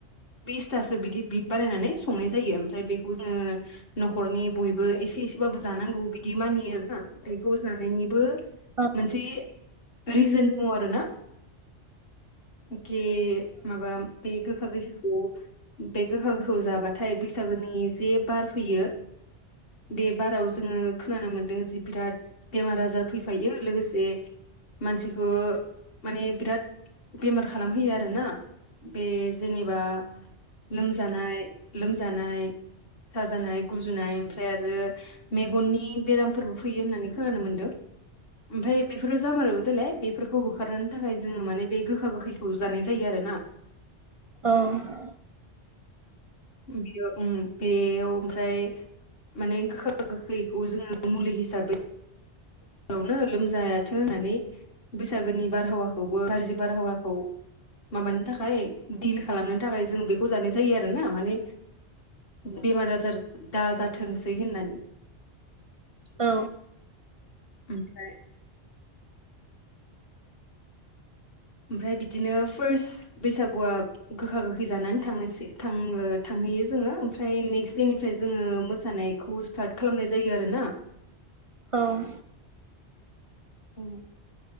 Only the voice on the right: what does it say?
औ
औ
औ
औ